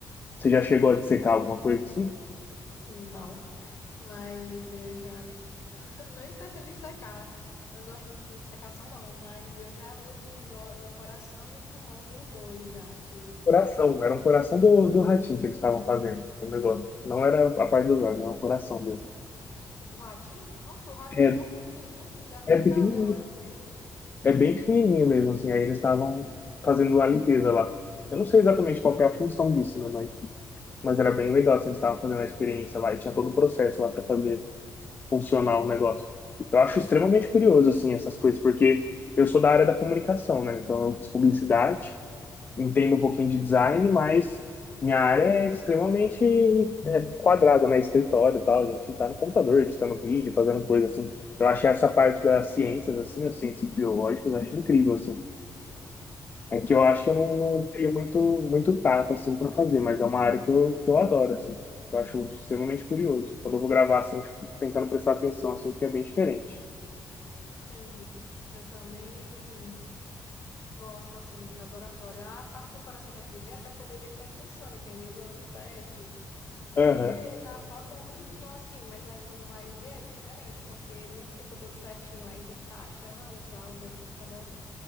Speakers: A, on the left (about 30°); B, on the left (about 45°).
A: Você já chegou a dissecar alguma coisa assim?
B: Não, mas eu já nem, <laughs> eu nem pretendo secar. Eu não gosto muito de secação, não, mas eu já vi os, os, ó- o coração e o pulmão de um boi já, que
A: Coração, era um coração do, do ratinho que eles estavam fazendo, o negócio. Não era a parte dos órgãos, era um coração mesmo.
B: do ratinho. Nossa, o ratinho
A: É,
B: é tão pequenininho, não dá nem
A: é pequenininho
B: pra ver, eu acho direito.
A: É bem pequenininho mesmo, assim. Aí eles estavam fazendo a limpeza lá. Eu não sei exatamente qual que é a função disso, né? Mas, mas era bem legal, assim, eles estavam fazendo a experiência lá e tinha todo o processo lá para fazer funcionar o negócio. Eu acho extremamente curioso, assim, essas coisas, porque eu sou da área da comunicação, né? Então eu fiz publicidade, entendo um pouquinho de design, mas minha área é extremamente é, quadrada, né? Escritório e tal. A gente tá no computador, editando vídeo, fazendo coisa assim. Eu achei essa parte das ciências, assim, as ciências biológicas, eu acho incrível, assim. É que eu acho que eu não, não tenho muito, muito tato, assim, para fazer, mas é uma área que eu, que eu adoro, assim. Eu acho extremamente curioso. Quando eu vou gravar, assim, eu fico tentando prestar atenção, assim, porque é bem diferente.
B: Entendi. Eu também gosto, assim, de laboratório. A parte do coração que a gente vê é pra poder ver como é que funciona, entendeu? Ver onde perto.
A: Aham.
B: Porque na foto é bonitinho assim, mas aí quando vai ver é diferente, porque não fica todo certinho, aí tem que estar achando e tal, onde é que fica cada,